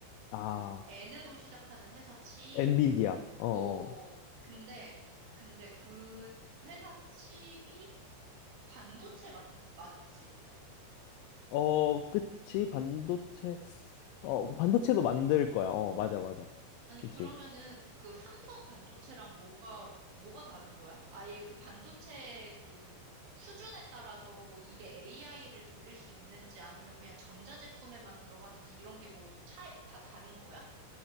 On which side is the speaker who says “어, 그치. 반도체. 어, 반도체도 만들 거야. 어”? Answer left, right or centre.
Left